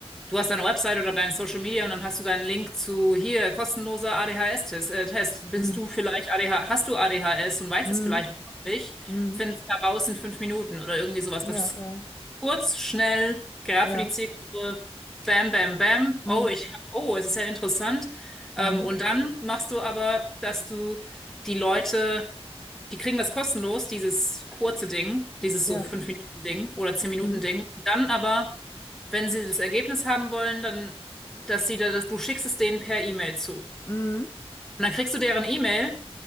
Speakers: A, in the centre; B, on the left.
A: du hast deine Website oder deine Social Media und dann hast du deinen Link zu hier, kostenloser ADHS-Test. Äh, Test. Bist
B: Mhm.
A: du vielleicht ADH, hast du ADHS und weißt
B: Mhm.
A: es vielleicht noch nicht?
B: Mhm.
A: Findest heraus in fünf Minuten oder irgendwie sowas,
B: Ja,
A: was
B: ja,
A: Kurz, schnell, gerade
B: ja.
A: für die Zielgruppe. Bam, bam, bam. Oh,
B: Mhm.
A: ich, oh, es ist ja interessant. Ähm,
B: Mhm.
A: und dann machst du aber, dass du die Leute, die kriegen das kostenlos, dieses kurze Ding, dieses
B: Ja.
A: so fünf Minuten Ding oder zehn Minuten
B: Mhm.
A: Ding. Dann aber, wenn sie das Ergebnis haben wollen, dann, dass sie da, dass du schickst es denen per E-Mail zu. Und
B: Mhm.
A: dann kriegst du deren E-Mail